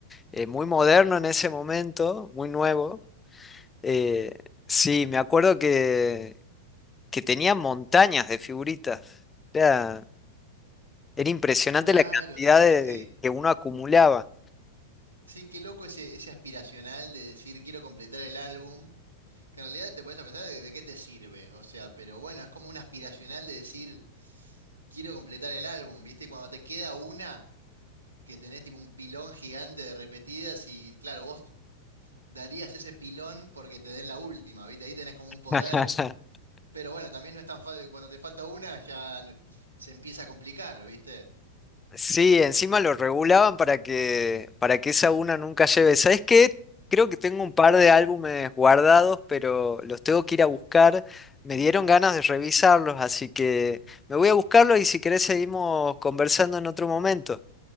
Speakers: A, on the left; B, on the right.
A: eh, muy moderno en ese momento, muy nuevo. Eh, sí, me acuerdo que, que tenía montañas de figuritas. Era era impresionante
B: Claro,
A: la cantidad
B: sí,
A: de,
B: sí, sí.
A: que uno acumulaba.
B: Sí, qué loco ese, ese aspiracional de decir quiero completar el álbum. Que en realidad te puedes a pensar de, de qué te sirve, o sea, pero bueno, es como un aspiracional de decir, quiero completar el álbum, ¿viste? Y cuando te queda una, que tenés tipo un pilón gigante de repetidas y claro, vos darías ese pilón porque te den la última, ¿viste? Ahí tenés como un poder,
A: <laughs>
B: pero bueno, también no es tan fácil, cuando te falta una ya n- se empieza a complicar, ¿viste?
A: Sí, encima lo regulaban para que, para que esa una nunca lleve. ¿Sabes qué? Creo que tengo un par de álbumes guardados, pero los tengo que ir a buscar. Me dieron ganas de revisarlos, así que me voy a buscarlos y si querés seguimos conversando en otro momento.